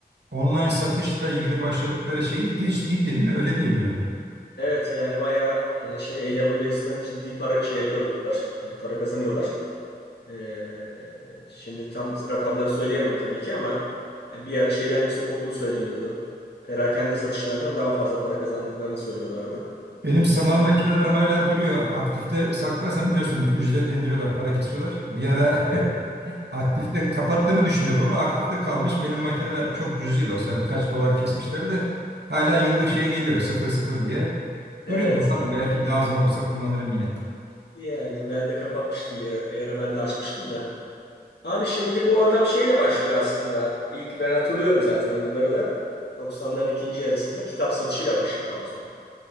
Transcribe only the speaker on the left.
evet yani bayağı e, şey AWS'den ciddi para şey yapıyorlar. E, Para kazanıyorlar. Ee, şimdi tam rakamları söyleyemem tabii ki ama yani bir ara şeyden yüksek olduğu söyleniyordu. Perakende satışlarından daha fazla para kazandıklarını söylüyorlardı.
Yani son
evet
evet
yani ben de kapatmıştım bir ara, bir ara ben de açmıştım da. Abi şimdi bu adam şeyle başlıyor aslında. İlk ben hatırlıyorum zaten o yılları da. 90'ların ikinci yarısında kitap satışıyla başladı Amazon.